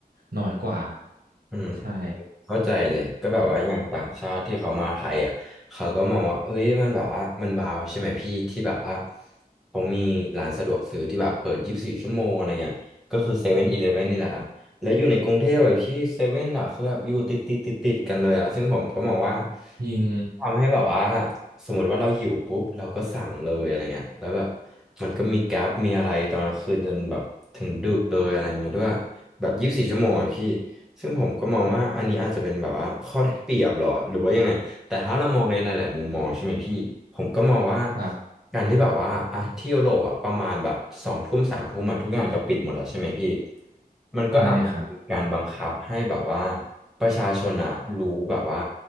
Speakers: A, on the right; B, in the centre.
A: น้อยกว่า
B: อืม
A: ใช่
B: เข้าใจเลยก็แบบว่าอย่างต่างชาติที่เขามาไทยอ่ะเขาก็มองว่าเอ้ยมันแบบว่ามันว้าวใช่ไหมพี่ที่แบบว่าเขามีร้านสะดวกซื้อที่แบบเปิดยี่สิบสี่ชั่วโมงอะไรเงี้ยก็คือเซเว่นอีเลฟเว่นนี่แหละครับ แล้วอยู่ในกรุงเทพแบบที่เซเว่นอ่ะคือแบบอยู่ติดติดติดติดกันเลยอ่ะซึ่งผมก็มองว่า
A: ยิง
B: ทำให้แบบว่าสมมติว่าเราหิวปุ๊บเราก็สั่งเลยอะไรเงี้ยแล้วแบบมันก็มีแก๊ปมีอะไรตอนกลางคืนจนแบบถึงดึกเลยอะไรเงี้ยด้วยแบบยี่สิบสี่ชั่วโมงอ่ะพี่ซึ่งผมก็มองว่าอันนี้อาจจะเป็นแบบว่าข้อได้เปรียบหรอหรือว่ายังไง แต่ถ้าเรามองในหลายๆมุมมองใช่ไหมพี่ผมก็มองว่า
A: ครับ
B: การที่แบบว่าอ่ะที่ยุโรปอะประมาณแบบสองทุ่มสามทุ่มอะทุกอย่างจะปิดหมดแล้วใช่ไหมพี่มันก็อาจจะมีการบังคับให้แบบว่า
A: ใช่ครับ
B: ประชาชนอะรู้แบบว่า